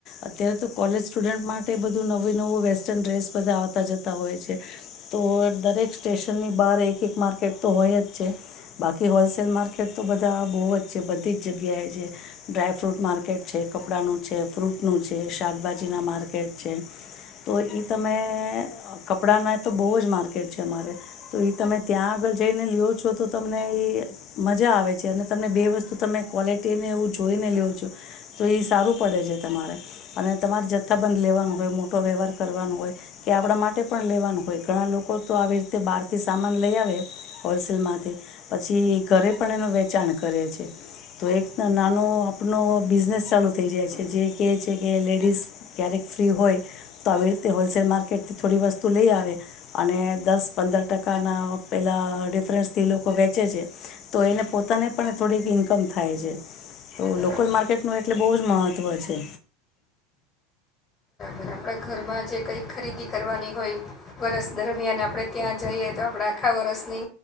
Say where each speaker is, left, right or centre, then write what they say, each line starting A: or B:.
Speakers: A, on the left; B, on the left.
A: અત્યારે તો કોલેજ સ્ટુડન્ટ માટે બધું નવું નવું વેસ્ટર્ન ડ્રેસ બધા આવતા જતા હોય છે તો દરેક સ્ટેશનની બહાર એક એક માર્કેટ તો હોય જ છે બાકી હોલસેલ માર્કેટ તો બધા બહુ જ જે બધી જ જગ્યાએ જે ડ્રાયફ્રૂટ માર્કેટ છે કપડાનું છે ફ્રૂટનુંું છે શાકભાજીના માર્કેટ છે તો તમે કપડાના તો બહુ જ માર્કેટ છે અમારે તો તમે ત્યાં આગળ જઈને લઓ છો તો તમને એ મજા આવે છે અને તમને બે વસ્તુ તો તમે ક્વૉલિટીને એવું જોઈને લેવ છો તો એ સારું પડે છે તમારે અને તમારે જથ્થાબંધ લેવાનું હોય મોટો વ્યવહાર કરવાનો હોય કે આપણા માટે પણ લેવાનું હોય ઘણા લોકો તો આવી રીતે બહારથી સામાન લઈ આવે હોલસેલમાંથી પછી ઘરે પણ એનું વેચાણ કરે છે. તો એક નાનો આપનો બિઝનેસ ચાલુ થઈ જાય છે જે કહે છે કે લેડીઝ ક્યારેક ફ્રી હોય, તો આવી રીતે હોલસેલ માર્કેટથી થોડી વસ્તુ લઈ આવે, અને દસ પંદર ટકાના પેલાં ડિફરન્સથી લોકો વેચે છે, તો એને પોતાને પણ થોડીક ઇન્ક કમ થાય છે તો
B: બરાબર
A: લોકલ માર્કેટનું એટલે બહુ જ મહત્ત્વ છે.
B: આપણા ઘરમાં જે કંઈક ખરીદી કરવાની હોય, વર્ષ દરમિયાન આપણે ત્યાં જઈએ તો આપણે આખા વરસની